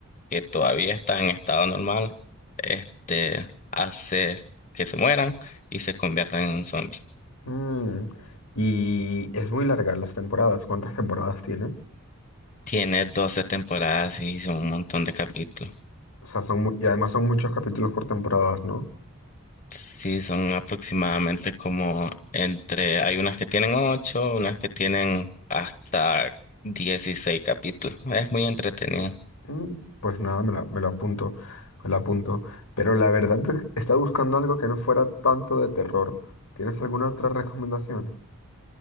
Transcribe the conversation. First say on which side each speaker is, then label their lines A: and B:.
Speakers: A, on the left; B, on the left.
A: que todavía está en estado normal, este hace que se mueran y se conviertan en un zombie.
B: Mm, Y es muy larga las temporadas. ¿Cuántas temporadas tiene?
A: Tiene 12 temporadas y son un montón de capítulos.
B: O sea, son mu- y además son muchos capítulos por temporadas, ¿no?
A: Sí, son aproximadamente como entre, hay unas que tienen ocho, unas que tienen hasta 16 capítulos. Es muy entretenido.
B: Mm, Pues nada, me la, me lo apunto, me lo apunto. Pero la verdad es estaba buscando algo que no fuera tanto de terror. ¿Tienes alguna otra recomendación?